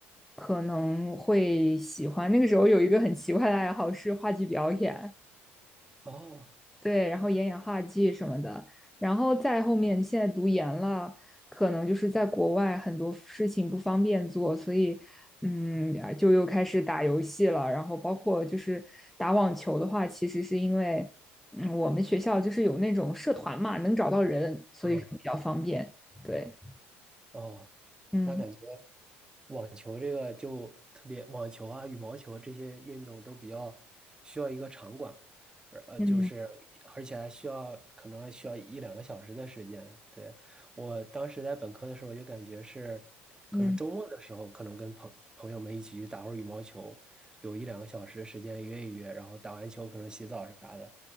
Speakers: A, in the centre; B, on the right.
A: 可能会喜欢。那个时候有一个很奇怪的爱好是话剧表演，
B: 哦，
A: 对，然后演演话剧什么的，然后再后面现在读研了，可能就是在国外很多事情不方便做，所以嗯，啊就又开始打游戏了。然后包括就是打网球的话，其实是因为嗯，我们学校就是有那种社团嘛，能找到人，所以说比较方便。
B: 哦，
A: 对，
B: 哦，
A: 嗯
B: 那感觉。网球这个就特别，网球啊、羽毛球这些运动都比较需要一个场馆，而呃，
A: 嗯
B: 就是而且还需要可能还需要一两个小时的时间。对，我当时在本科的时候就感觉是，可能周末的时候可能跟朋朋友们一起去打会儿羽毛球，
A: 嗯
B: 有一两个小时的时间约一约，然后打完球可能洗澡啥的，